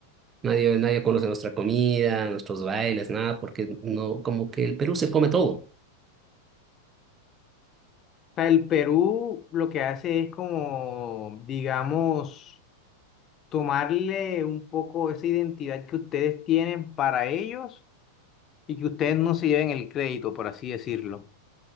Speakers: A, on the right; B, on the left.
A: nadie, nadie conoce nuestra comida, nuestros bailes, nada, porque no, como que el Perú se come todo.
B: sea, el Perú lo que hace es como, digamos, tomarle un poco esa identidad que ustedes tienen para ellos y que ustedes no se lleven el crédito, por así decirlo.